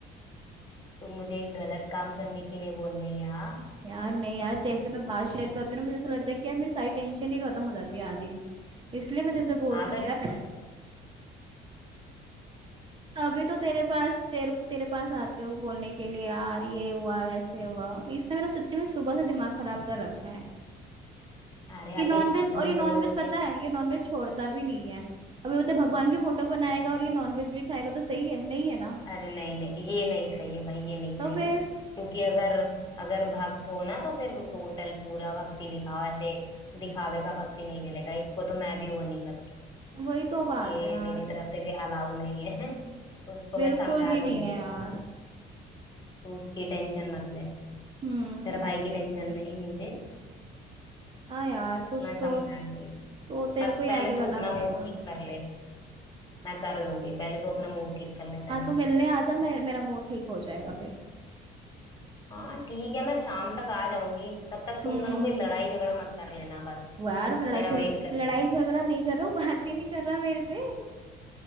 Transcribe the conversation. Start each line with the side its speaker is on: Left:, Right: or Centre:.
Left: तू मुझे गलत काम करने के लिए बोल नहीं यार हाँ
Right: यार नहीं यार तेरे से मैं बात शेयर करती हूँ ना मुझे ऐसा लगता है कि यार मेरी सारी टेंशन ही खत्म हो जाती है आधी इसलिए मैं तेरे से बोलती
Left: हाँ
Right: हूँ कि यार <laughs> तभी तो तेरे पास तेरे तेरे पास आती हूँ बोलने के लिए यार ये हुआ वैसे हुआ इसने मेरा सच्ची में सुबह से दिमाग खराब कर रखा है
Left: तो
Right: ये नॉनवेज और ये नॉनवेज
Left: ट
Right: पता है ये नॉनवेज छोड़ता भी नहीं है अभी बोलते भगवान की फोटो बनाएगा और ये नॉनवेज भी खाएगा तो सही है नहीं है ना
Left: अरे नहीं नहीं ये नहीं सही है भाई ये नहीं
Right: तो
Left: सही
Right: फिर
Left: है क्योंकि अगर अगर भक्त हो ना तो फिर वो टोटल पूरा भक्ति दिखाओ ऐसे दिखावे का भक्ति नहीं चलेगा इसको तो मैं भी वो नहीं करती
Right: वही तो बात
Left: ये
Right: है यार
Left: मेरी तरफ से भी अलाउ नहीं है <laughs> उसको
Right: बिल्कुल
Left: मैं समझा
Right: भी नहीं
Left: दूंगी
Right: है यार
Left: तू उसकी टेंशन मत ले
Right: हम्म
Left: तेरे भाई की टेंशन नहीं मुझे
Right: हाँ यार कुछ
Left: मैं
Right: तो
Left: समझा दूंगी
Right: तो तेरे
Left: पर
Right: को ही
Left: पहले
Right: आगे करना
Left: तू अपना
Right: पड़ेगा
Left: मूड ठीक कर ले मैं कर दूंगी पहले तू अपना मूड ठीक कर ले
Right: हाँ
Left: पहले
Right: तू मिलने आ जा मेर, मेरा मूड ठीक हो जाएगा फिर
Left: हाँ ठीक है मैं शाम तक आ जाऊंगी तब तक
Right: हम्म
Left: तुम दोनों कोई लड़ाई झगड़ा मत कर लेना बस
Right: वो यार लड़ाई
Left: मेरा
Right: झगड़
Left: वेट कर
Right: लड़ाई
Left: लेना
Right: झगड़ा नहीं कर रहा वो बात ही नहीं कर रहा मेरे से